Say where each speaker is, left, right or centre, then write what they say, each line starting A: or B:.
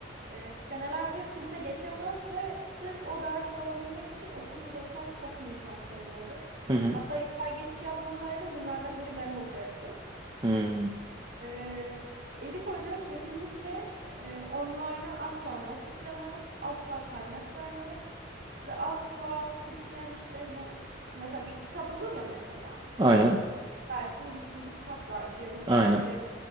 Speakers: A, on the right (about 55°); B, on the right (about 25°).
A: E, senelerdir kimse geçemez ve sırf o dersi alabilmek için okul uzatan çok insan tanıyorum.
B: Hı hı.
A: Hatta yeter geçiş yapmasaydım bunlardan biri ben olacaktım.
B: Hı.
A: E, Elif Hoca kesinlikle e, online'a asla not yüklemez, asla kaynak vermez ve asla katiyen işte bu işte mesela bir kitap olur ya mesela
B: Aynen.
A: işte dersin gittiği bir kitap vardır ya da slaytların
B: Aynen.